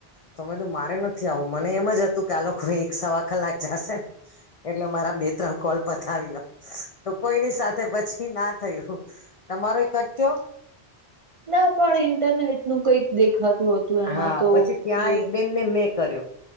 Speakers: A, on the left (about 65°); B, on the right (about 50°).
A: તમે તો મારે નથી આવું મને એમ જ હતું કે આ લોકો એક સવા કલાક જાશે એટલે મારા બે ત્રણ કોલ પતાવી લો તો કોઈની સાથે પછી ના થયું તમારો એકટ થયો
B: ના પણ ઇન્ટરનેટ નું કઈક દેખાતું હતું એમાં
A: હા
B: તો
A: પછી ત્યાં
B: કે
A: એક બેનને મેં કર્યો